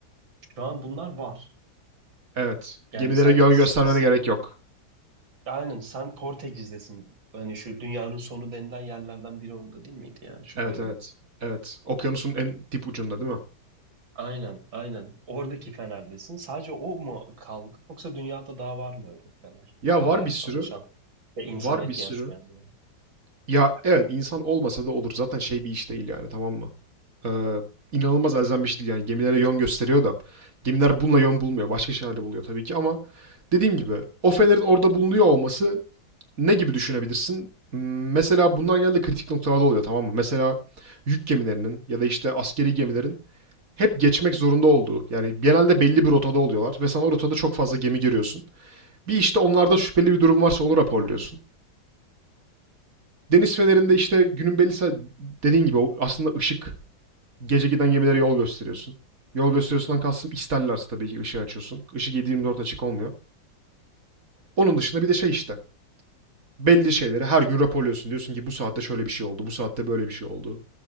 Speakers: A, on the right (about 75°); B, on the right (about 45°).
A: Şu an bunlar var.
B: Evet.
A: Yani
B: Gemilere
A: sen
B: yön
A: s-
B: göstermene
A: s-
B: gerek yok.
A: aynen sen Portekiz'desin. Hani şu dünyanın sonu denilen yerlerden biri orada değil miydi ya? Şu
B: Evet
A: böyle
B: evet. Evet. Okyanusun en dip ucunda değil mi?
A: aynen aynen oradaki Fener'desin. Sadece o mu kaldı? Yoksa dünyada daha var mı öyle Fener?
B: Ya
A: Hala
B: var bir sürü.
A: çalışan ve insana
B: Var
A: ihtiyaç
B: bir sürü.
A: duyan yani.
B: Ya evet insan olmasa da olur. Zaten şey bir iş değil yani tamam mı? Ee, inanılmaz elzem bir iş değil yani. Gemilere yön gösteriyor da. Gemiler bununla yön bulmuyor. Başka şeylerle buluyor tabii ki ama dediğim gibi o fenerin orada bulunuyor olması ne gibi düşünebilirsin? M- Mesela bunlar genelde kritik noktalarda oluyor tamam mı? Mesela yük gemilerinin ya da işte askeri gemilerin hep geçmek zorunda olduğu yani genelde belli bir rotada oluyorlar ve sen o rotada çok fazla gemi görüyorsun. Bir işte onlarda şüpheli bir durum varsa onu raporluyorsun. Deniz fenerinde işte günün belli saat dediğin gibi aslında ışık. Gece giden gemilere yol gösteriyorsun. Yol gösteriyorsundan kastım isterlerse tabii ki ışığı açıyorsun. Işık 7 Dört açık olmuyor. Onun dışında bir de şey işte. Belli şeyleri her gün raporluyorsun. Diyorsun ki bu saatte şöyle bir şey oldu, bu saatte böyle bir şey oldu.